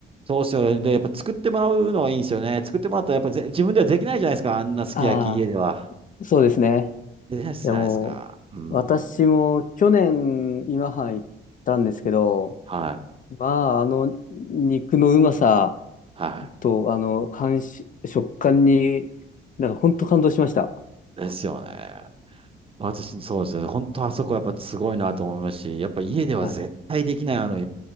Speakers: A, on the right (about 30°); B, on the left (about 40°).
A: そうっすよね。で、やっぱ作ってもらうのがいいんですよね。作ってもらったらやっぱぜ自分ではできないじゃないですか。あんなすき焼き家では。
B: ああ、そうですね。
A: できないじゃないですか。
B: いやもう、
A: うん。
B: 私も去年今半行ったんですけど、
A: はい。
B: まあ、あの肉のうまさ
A: は
B: と、あの、感し、食感に、なんか本当感動しました。
A: い。ですよね。私、そうですよね。本当あそこやっぱすごいなと思いますし、やっぱ家では絶対できない。
B: はい。
A: あの、